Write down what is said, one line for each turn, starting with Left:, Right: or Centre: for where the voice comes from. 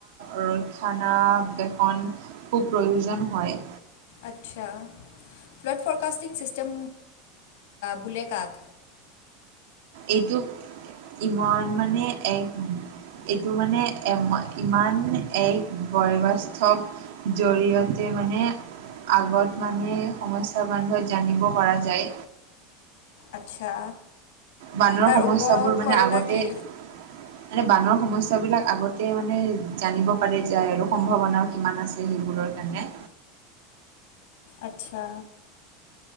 Right: ৰক্ষনা বেষণ খুব প্ৰয়োজন হয়।
Left: আচ্ছা ফ্লড ফৰকাষ্টিং চিষ্টেম বুলে কাক?
Right: এইটো ইমান মানে এক এইটো মানে ইমান এক বয়বাস্তৱ জৰিয়তে মানে আগত মানে সমস্্যা বান্ধত জানিব পৰা যায়।
Left: আচ্ছা
Right: বানৰ
Left: তাৰ
Right: সমস্যাবোৰ
Left: উপকাৰিতা
Right: মানে আগতে
Left: কি?
Right: মানে বানৰ সমস্যা বিলাক আগতে মানে জানিব পাৰে যায় আৰু সম্ভাৱনাও কিমান আছে যে সেইবোৰৰ কাৰণে
Left: আচ্ছা